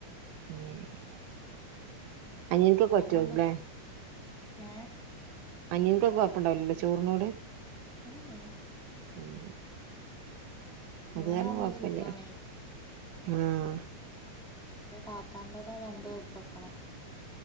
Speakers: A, on the right (about 85°); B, in the centre.
A: ഉം അനിയൻക്കൊക്കെ
B: ങ്ങനാവുമ്പോ
A: പറ്റുവാരിക്കുല്ലേ
B: സ് ഏഹ്‌.
A: അനിയൻക്കോക്ക കൊഴപ്പണ്ടാവൂല ല്ലോ ചോറിനോട്?
B: ഊം ഉം
A: ഉം
B: ഇങ്ങനെ
A: അത് കാര്ണം
B: ആവുമ്പോ
A: കൊഴ്പ്പല്ല്യാ
B: സുഖാണേ
A: ആഹ്
B: എന്റെ താത്താന്റോടെ രണ്ട് വെപ്പാക്ക്‌ണത്